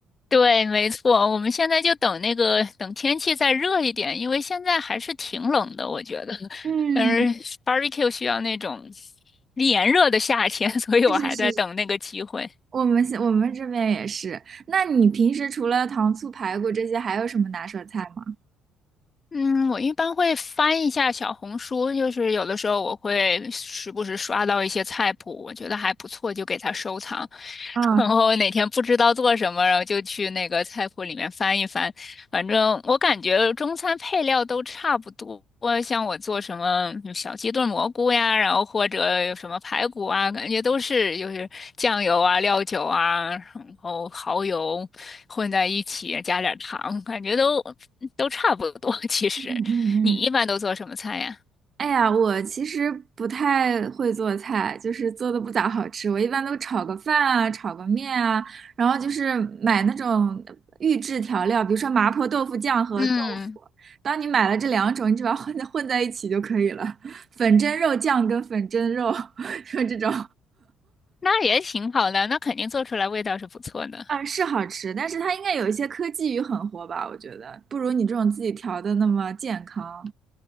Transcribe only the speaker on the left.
对，没错，我们现在就等那个等天气再热一点，因为现在还是挺冷的，我觉得。
但是 barbecue 需要那种炎热的夏天，<laughs> 所以我还在等那个机会。
嗯，我一般会翻一下小红书，就是有的时候我会时不时刷到一些菜谱，我觉得还不错，就给它收藏。
<laughs> 然后哪天不知道做什么，然后就去那个菜谱里面翻一翻。反正我感觉中餐配料都差不多，像我做什么嗯小鸡炖蘑菇呀，然后或者有什么排骨啊，感觉都是就是酱油啊、料酒啊。然后蚝油混在一起，加点儿糖，感觉都都差不多。<laughs> 其实，
你一般都做什么菜呀？
嗯，
那也挺好的，那肯定做出来味道是不错的。